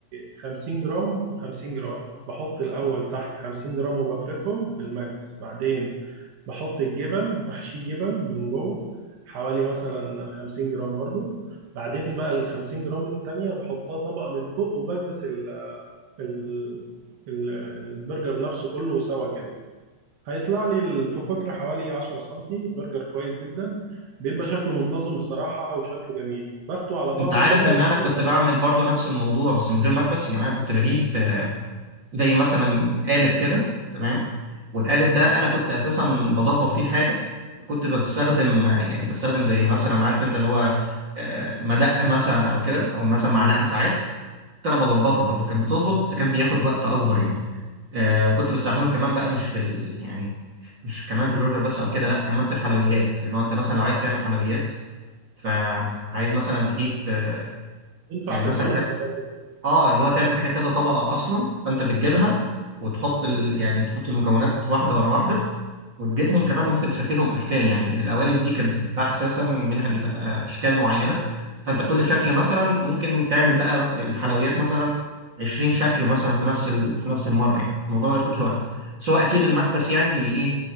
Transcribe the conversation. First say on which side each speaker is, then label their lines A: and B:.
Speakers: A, on the right; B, on the right.
A: 50 جرام و50 جرام بحط الأول تحت 50 جرام وبفردهم بالمكبس بعدين بحط الجبن بحشيه جبن من جوه حوالي مثلا 50 جرام برضو بعدين بقى ال 50 جرام التانية بحطها طبقة من فوق وبكبس ال ال ال- البرجر نفسه كله سوا كده هيطلع لي ال- في قطر حوالي 10 سنتي برجر كويس جدا بيبقى شكله منتظم بصراحة وشكله جميل باخده على بعضه
B: انت عارف
A: كده
B: ان انا كنت
A: وبرضه
B: بعمل برضو نفس الموضوع بس من غير مكبس يعني انا كنت بجيب زي مثلا قالب كده تمام والقالب ده
A: آه،
B: انا كنت اساسا بظبط فيه الحاجه وكنت بستخدم يعني بستخدم زي مثلا عارف انت اللي هو آه، مدق مثلا او كده او مثلا معلقه ساعات كنت انا بظبطها برضو كانت بتظبط بس كان بياخد وقت اكبر يعني آه، كنت بستعمله كمان بقى مش في ال... يعني مش كمان في البرجر بس او كده لا كمان في الحلويات اللي هو انت مثلا لو عايز تعمل حلويات فعايز مثلا تجيب آه،
A: ينفع
B: يعني مثلا
A: في الدوناتس برضه
B: اه اللي هو تعمل حاجه كذا طبقه اصلا فانت بتجيبها وتحط ال... يعني تحط المكونات واحده ورا واحده وتجيبهم كمان وممكن تشكلهم اشكال يعني القوالب دي كانت بتتباع اساسا منها بيبقى اشكال معينه فانت كل شكل مثلا ممكن تعمل بقى الحلويات مثلا 20 شكل مثلا في نفس ال... في نفس المره يعني الموضوع ما ياخدش وقت سواء اكيد المكبس يعني بي ايه